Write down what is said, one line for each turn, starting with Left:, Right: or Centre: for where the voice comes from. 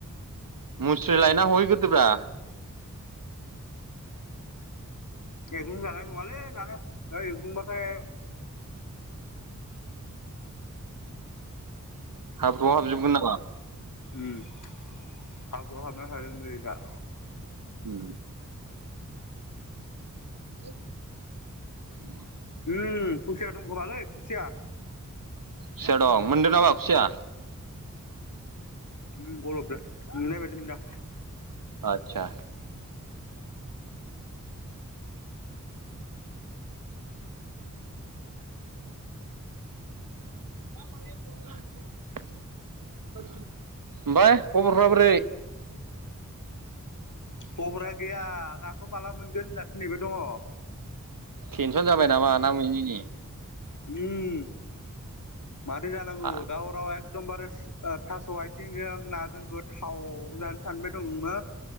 Right: मुस्रि लायना हहैगोरदोब्रा।
Left: एग्लुजानाय नंङालै दानो दा एग्लुंबाथाय
Right: हाब्रुआव हाबजोबगोन नामा?
Left: उमम हाब्रुवाव हाबना थाजोबगोन बेयो दा।
Right: उम। <inaudible>
Left: उम खुसिया दं खोमालै खुसिया।
Right: खुसिया दं मोनदों नामा खुसिया?
Left: उम गलबदो नुनाय बायदि मोनदो।
Right: आतसा। <unintelligible> ओमफाय खबरफ्रा बोरै?
Left: खबरा गैया नाखौ माला मोनगोन होननासो नेबाय दंङ।
Right: तेनसन जाबाय नामा ना मोनि नि।
Left: उम मारै जानांगौ
Right: हा
Left: दा हराव एख दमबारे ओ थास' आथिंजों नाजों गोथाव जानो सानबाय दंमोन।